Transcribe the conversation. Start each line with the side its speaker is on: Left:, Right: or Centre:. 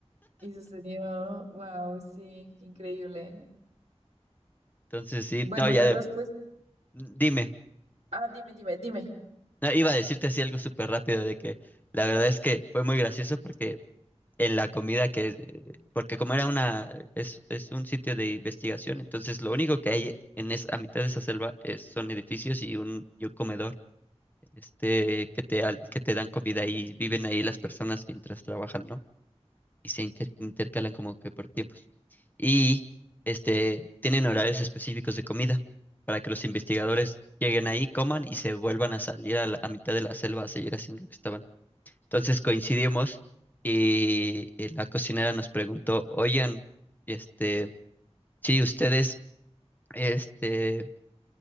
Right: eso sería, wow, sí, qué increíble.
Left: Entonces, sí,
Right: Bueno,
Left: no, ya
Right: Carlos,
Left: de-
Right: pues,
Left: dime,
Right: ah, dime, dime, dime.
Left: no, iba a decirte así algo súper rápido de que la verdad es que fue muy gracioso porque en la comida que, eh, porque como era una, es, es un sitio de investigación, entonces lo único que hay en es, a mitad de esa selva es, son edificios y un, y un comedor, este, que te, al- que te dan comida y viven ahí las personas mientras trabajan, ¿no? y se inter- intercalan como que por tiempos. Y este, tienen horarios específicos de comida para que los investigadores lleguen ahí, coman y se vuelvan a salir a la a mitad de la selva a seguir haciendo lo que estaban. Entonces coincidimos y, y la cocinera nos preguntó, oigan, este, si ustedes, este,